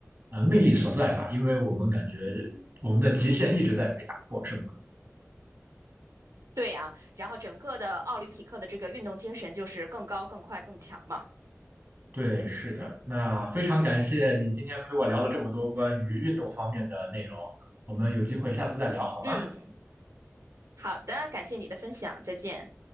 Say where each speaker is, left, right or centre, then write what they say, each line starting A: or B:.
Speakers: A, on the right (about 45°); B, on the right (about 75°).
A: 呃魅力所在吧，因为我们感觉我们的极限一直在被打破，是吗？
B: 对呀，然后整个的奥林匹克的这个运动精神就是更高、更快、更强嘛。
A: 对，是的。那非常感谢你今天陪我聊了这么多关于运动方面的内容，我们有机会下次再聊好吗？
B: 嗯，好的，感谢你的分享，再见。